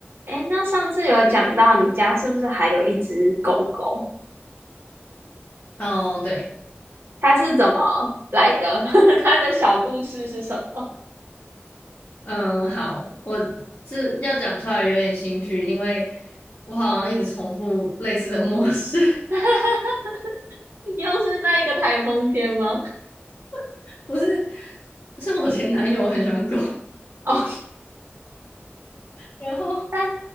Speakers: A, on the right; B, on the left.
A: 哎，那上次有讲到你家是不是还有一只狗狗？
B: 哦，对，
A: 它是怎么来的？<laughs> 它的小故事是什么？
B: 嗯，好，我这要讲出来有点心虚，因为我好像一直重复类似的模式，
A: <laughs> 又是在一个台风天吗？
B: <laughs> 不是，是我前男友很喜欢狗，
A: 哦，
B: 然后
A: 但